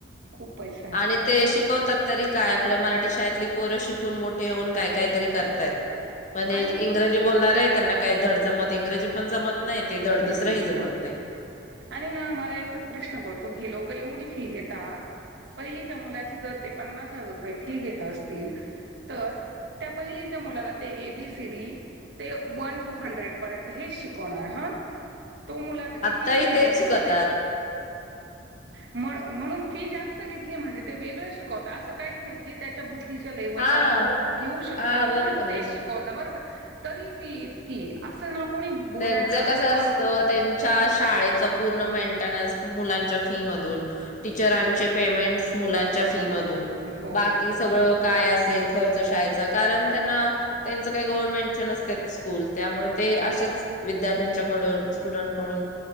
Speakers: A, on the right; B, on the left.
A: खूप पैसा आहे
B: आणि ते शिकवतात तरी काय आ आपल्या मराठी शाळेतली पोरं शिकून मोठे होऊन काय-कायतरी करतायत. पण ए
A: आणि
B: जे इंग्रजी बोलणार आहे त्यांना काय धड जमत इंग्रजी पण जमत नाही ते धड
A: हम्म
B: दुसरंही जमत
A: हम्
B: नाही.
A: आणि ए ना मला एकच प्रश्न पडतो हे लोक एवढी फी घेता पहिलीच्या मुलाची जर ते पन्नास हजार रुपये फी घेत असतील तर त्या पहिलीच्या मुलाला ते एबीसीडी ते वन टू हंड्रेड पर्यंत हेच शिकवणार हा? तो मुलाच किती
B: आत्ताही
A: ही फी
B: तेच
A: घ्या म्हणून
B: शिकवतात
A: ते म्हण-म्हणून फी जास्त घेतलीए म्हणजे ते वेगळं शिकवता असं काहीच नाही जी त्याच्या बुद तीच्या लेवलला
B: हा
A: तो घेऊ शकतोय
B: हा बरोबर
A: आणि तेच
B: आहे ना.
A: शिकवता बरं का. तरी फी इतकी आहे असं न को कोणी बोलायला,
B: त्यांचं कसं
A: किंवा
B: असतं त्यांच्याच शाळेच पूर्ण मेंटनन्स मुलांच्या फी मधून टीचरांचे पेमेंट्स मुलांच्या
A: पेमेंट
B: फी मधून
A: हो
B: बाकी सगळ काय असेल खर्च शाळेचा कारण त्यांना त्यांचं काय गव्हर्नमेंटचे नसत्यात स्कूल त्यामुळे ते असेच विद्यार्थ्यांच्याकडून स्टुडंटकडून